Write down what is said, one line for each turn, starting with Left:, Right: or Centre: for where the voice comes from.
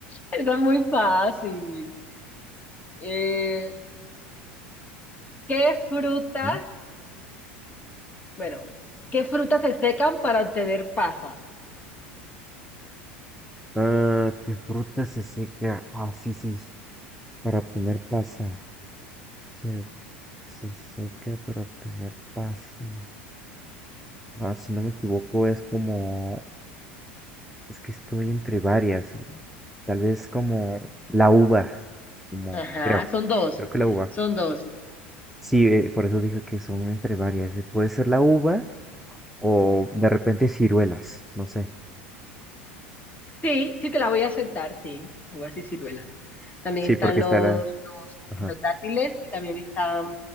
Left: Está muy fácil. Eh, ¿qué frutas,
Centre: ¿no?
Left: bueno, qué frutas se secan para obtener pasas?
Centre: Ah, ¿qué fruta se seca? Ah, sí, sí, sí, para obtener pasa. Se, se seca para obtener pasa. Ah, si no me equivoco, es como Es que estoy entre varias. eh, Tal vez como la uva, como
Left: Ajá,
Centre: creo,
Left: son dos,
Centre: creo que la uva.
Left: son dos.
Centre: Sí, eh, por eso dije que son entre varias. eh, Puede ser la uva o de repente ciruelas, no sé.
Left: Sí, sí te la voy a aceptar, sí. Uvas y ciruelas. También
Centre: Sí,
Left: están
Centre: porque
Left: los,
Centre: está la...
Left: los, ¿cómo
Centre: Ajá,
Left: es? los dátiles y también están